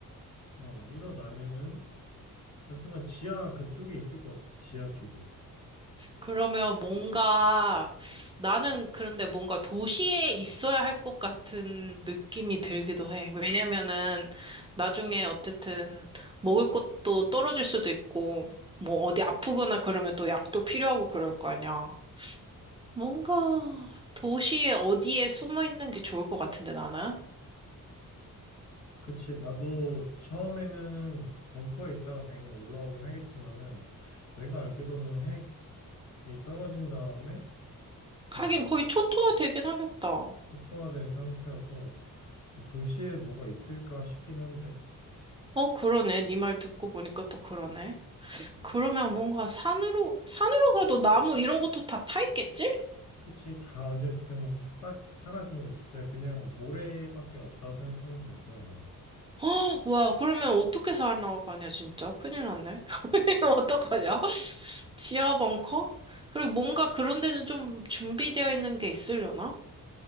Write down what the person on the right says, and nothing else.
그러면 뭔가, 나는 그런데 뭔가 도시에 있어야 할 것 같은 느낌이 들기도 해. 왜냐면은 나중에 어쨌든 먹을 것도 떨어질 수도 있고, 뭐 어디 아프거나 그러면 또 약도 필요하고 그럴 거 아니야. 뭔가 도시에 어디에 숨어 있는 게 좋을 것 같은데 나는?
하긴 거의 초토화
되긴 하겠다.
어, 그러네. 네 말 듣고 보니까 또 그러네.
그러면 뭔가 산으로, 산으로 가도 나무 이런 것도 다 타 있겠지?
<gasps> 헉, 와, 그러면 어떻게 살아나가냐, 진짜. 큰일 났네. <laughs> 어떡하냐? <laughs> 지하 벙커? 그리고 뭔가 그런 데는 좀 준비되어 있는 게 있으려나?